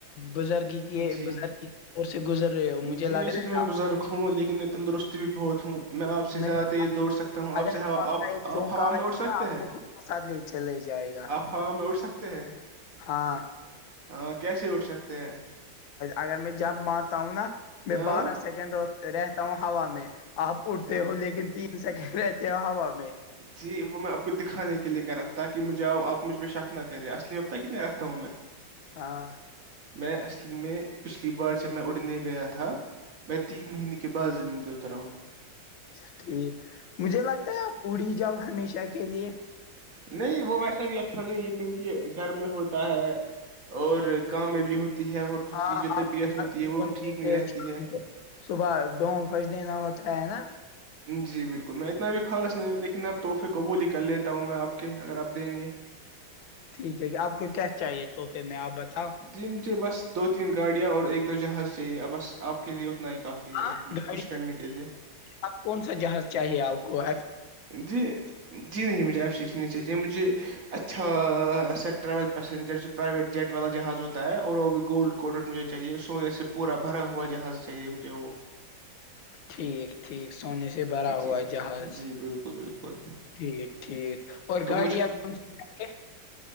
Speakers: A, on the left; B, on the right.
A: بزرگی کے
B: جی
A: بزرگی کی سے گزر رہے ہو مجھے
B: جی
A: لگ
B: ویسے
A: رہا
B: تو میں
A: ہے
B: بزرگ ہوں لیکن میں تندرست بھی بہت ہوں میں آپ سے
A: نہیں
B: زیادہ تیز
A: آپ
B: دوڑ سکتا ہوں آپ
A: اگر
B: سے آپ
A: کا ایک جھونکا
B: آپ ہوا میں
A: آئے
B: اڑ سکتے
A: گا آپ
B: ہیں
A: کو خود ساتھ لیے چلے جائے گا
B: آپ ہوا میں اٹھ سکتے ہیں
A: ہاں
B: ہاں کیسے اٹھ سکتے ہیں
A: اگر میں جمپ مارتا ہوں نا میں
B: ہاں
A: بارہ سیکنڈ رہتا ہوں ہوا میں آپ اڑتے
B: ہاں
A: ہو لیکن تین سیکنڈ رہتے ہو ہوا میں
B: جی وہ میں آپ کو دکھانے کے لیے کر رہا تھا تاک کہ مجھے آؤ آپ مجھ پے شک نہ کرے اصل میں بت کتنے رہتا ہوں میں <unintelligible>
A: ہاں
B: میں اصلی میں پچھلی بار جب میں اڑنے گیا تھا میں تین مہینے کے بعد بعض زمین پہ اتر ہوں
A: اچا ٹھیک مجھے لگتا ہے آپ اڑی جاؤ ہمیشہ کے لیے
B: نہیں وہ ویسا بھی اچھا نہیں ہے کیونکہ گھر میں ہوتا ہے اور کام میں بھی ہوتی ہے اور خود
A: ہاں
B: کی جو طبیعت
A: آپ کو برتن
B: ہوتی ہے
A: دھونے
B: وہ بھی ٹھیک
A: ہوتے
B: نہیں
A: ہیں،
B: رہتی
A: شام
B: ہے
A: کو صبح ڈوم فرسٹ ڈےین ہوتا ہے نا
B: جی بالکل میں اتنا بھی خاص نہیں ہوں لیکن اب تحفے قبول ہی کر لیتا ہوں میں آپ کے اگر آپ دیں گے
A: ٹھیک ہے کہ آپ کو کیا چاہیے تو پھر میں آپ بتاؤ
B: جی مجھے بس دو تین گاڑیاں اور ایک دو جہاز چاہیے بس آپ کے لیے ات ہی کافی ہے
A: ہاں
B: مجھے
A: گاڑی
B: خوش کرنے کے لیے
A: آپ کون سا جہاز چاہیے آپ کو
B: جی جی نہیں مجھے ایف سک چاہیے مجھے اچھا سا ٹریول پیسنجر جو پرائیویٹ جیٹ والا جہاز ہوتا ہے اور وہ بھی گولڈ کوڈٹ مجھے چاہیے سونے سے پورا بھرا ہوا جہاز چاہیے مجھے وہ
A: ٹھیک ٹھیک سونے سے بھرا
B: جی
A: ہوا جہاز
B: جی بالکل بالکل
A: ٹھیک ٹھیک اور
B: تو
A: گاڑی آپ کون سی گے